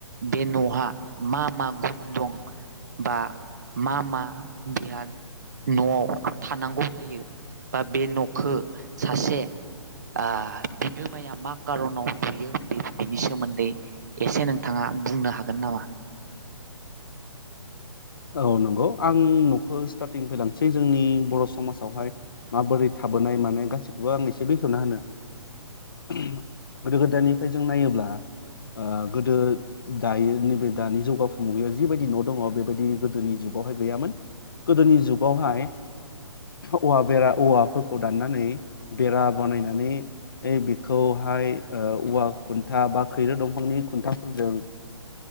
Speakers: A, on the right; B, on the left.
A: बे न'हा मा मा गुन दं बा मा मा बिहा न'आव थानांगौ जायो बा बे न'खौ सासे ओ बिगोमाया मा कार'नाव लुयो बिनि सोमोन्दै एसे नोंथाङा बुंनो हागोन नामा?
B: औ नंगौ आं न'खौ स्टार्टिं निफ्राय लांसै जोंनि बर' समाजावहाय माबोरै थाबोनाय माने गासै गसिखौबो आं एसे बेखेवना होनो गोदो गोदायनिफ्राय जों नायोब्ला ओ गोदो दायो नैबे दानि जौगावफु मुगायाव जिबायदि न' दङ' बेबायदि गोदोनि जुगावहाय गैयामोन। गोदोनि जुगावहाय औवा बेरा औवाफोर खौ दाननानै बेरा बानायनानै बेखौहाय ओ औवा खुन्था बा खैरो दंफांनि खुन्थाफोरजों